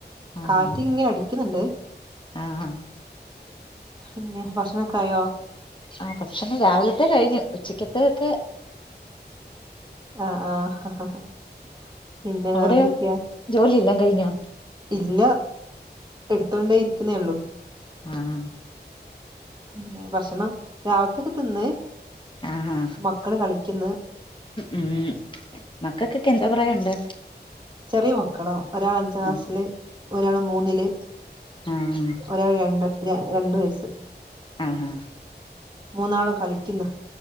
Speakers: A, on the left; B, on the right.
A: ആഹാ
B: കാറ്റിങ്ങനെ അടിക്ക്ന്ന്ണ്ട്
A: ആഹ്
B: പിന്നെ. ഭക്ഷണക്കായോ.
A: ആഹ് ഭക്ഷണം രാവിലത്തെ കഴിഞ്ഞു ഉച്ചക്കത്തഒക്കെ.
B: ആ ആഹ്. പിന്നെ
A: അവിടെയോ
B: വേറെന്തൊക്ക്യാ.
A: ജോലിയെല്ലാം കഴിഞ്ഞോ
B: ഇല്ല എടുത്തോണ്ടേരിക്കുന്നേ ഉള്ളൂ.
A: ആഹ്.
B: പിന്നേ ഭക്ഷണം രാവിൽത്തൊക്കെ തിന്ന്
A: ആഹാ
B: മക്കള് കളിക്ക്ന്ന്.
A: ഉം മക്കക്കൊക്കെ എന്തോ പ്രായൊണ്ട്.
B: ചെറിയ മക്കളാ ഒരാള് അഞ്ചാം ക്ലാസില്
A: ആഹ്
B: ഒരാള് മൂന്നില്.
A: ആഹ്
B: ഒരാള് രണ്ട് ര രണ്ട് വയസ്സ്.
A: ആഹാ.
B: മൂന്നാളും കളിക്കിന്ന്